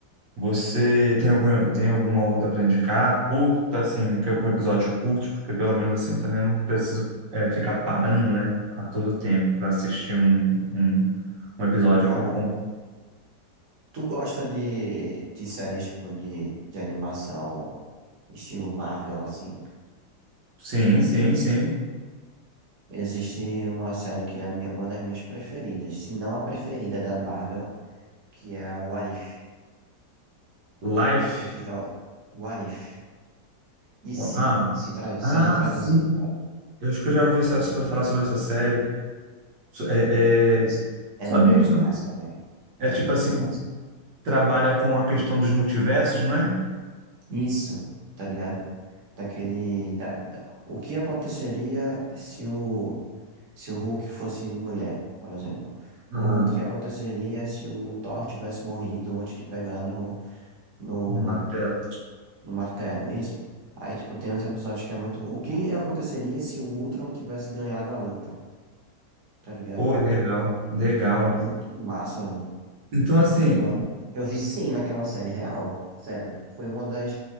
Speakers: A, on the right (about 85°); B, on the right (about 50°).
A: Você tem algum, tem alguma outra para indicar? Curta, assim, que é um episódio curto, porque pelo menos assim também eu não preciso é, ficar parando, né, a todo tempo para assistir um, um, um episódio
B: cara,
A: por com...
B: tu gosta de, de séries tipo de, de animação estilo Marvel, assim?
A: Sim, sim, sim.
B: Existe uma série que é a minha- uma das minhas preferidas, se não a preferida da Marvel, que é a What If.
A: Life.
B: Não sei se tu já... What If. E se?
A: Ah,
B: Se, tra- se
A: ah,
B: a gente traduzir,
A: sim.
B: no caso.
A: Eu acho que eu já ouvi essa- sobre falar sobre essa série. So- É,
B: O que-
A: é... Só
B: É muito
A: me, só
B: massa,
A: me-
B: velho. É
A: É
B: muito
A: tipo assim,
B: massa.
A: trabalha com a questão dos multiversos, não é?
B: Isso, tá ligado? Daquele... Da, da... O que aconteceria se o se o Hulk fosse mulher, por exemplo. Ou
A: Aham.
B: o que aconteceria se o Thor tivesse morrido antes de pegar no, no,
A: No martelo.
B: no martelo, isso. Aí, tipo, tem uns episódios que é muito... O que aconteceria se o Ultron tivesse ganhado a luta, tá ligado?
A: Pô, legal, legal.
B: Muito massa, velho.
A: Então, assim,
B: Foi uma- Eu viciei naquela série real, sério. Foi uma das.